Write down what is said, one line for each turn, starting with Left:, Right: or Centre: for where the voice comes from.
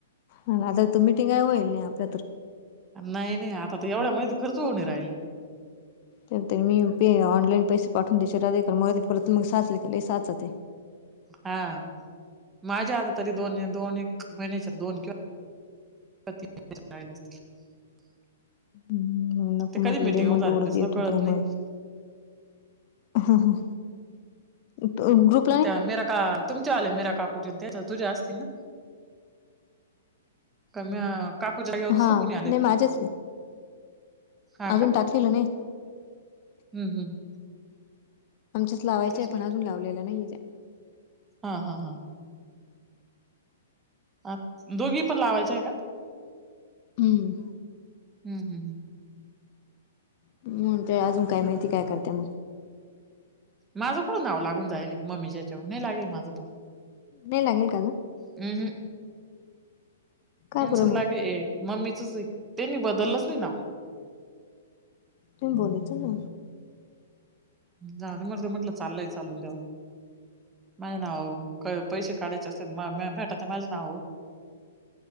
Left: ह आता त मिटिंग इ होएल नाई आपल्या तर.
Right: नाई नाई. आता त एवढ्या मधे खरंच होऊणे राहिले.
Left: तरी मी यु पे ऑनलाईन पैसे पाठवून <inaudible> परत मग साचले का लई साचताय.
Right: हा. माझ्या आता तरी दोन दोन एक महिन्याच्या दोन किंवा <unintelligible>
Left: हम नको
Right: ते कधी
Left: म्हटले
Right: मिटिंग होऊन
Left: म
Right: जाते
Left: लोड
Right: ते
Left: च
Right: सुद्धा
Left: येतो
Right: कळत
Left: तो
Right: नाही.
Left: मग. ह ह. तो ग्रुप
Right: त्या मेरा का तुमच्या वाल्या मिरा काकूच्यान त्याचा तुझ्या आसतील ना. का म काकुच्या जागेव दुसरं
Left: हा
Right: कोणी आलंय.
Left: नाही माझ्याच आहे
Right: हा
Left: अजून
Right: का?
Left: टाकलेलं नाही
Right: हम्म हम्म.
Left: आमच्याच लावायच्या
Right: तेच
Left: ए
Right: म्हटलं
Left: पण अजून लावलेल्या नाही येत्या.
Right: हा हा हा. आ, दोघी पण लावायच्या ए का?
Left: हम्म.
Right: हम् हम् ह.
Left: <inaudible> अजून
Right: हम्म.
Left: काय माहिती काय करत्या म.
Right: माझं कुठं नाव लागून जाएले मम्मीच्या याच्यावर. नाही लागेल माझं पण.
Left: नाई लागेल का ग?
Right: अ ह.
Left: का
Right: यांचच
Left: बरं
Right: लागे
Left: मग
Right: ए मम्मीचचे त्यांनी बदललं च नाई नाव.
Left: तुम्ही बोलायचं ना.
Right: जाऊ दे मरू दे म्हंटलं. चाललंय चालू द्या. माझं नाव प पैशे काढायचे असले त म म माझ्याच नाववर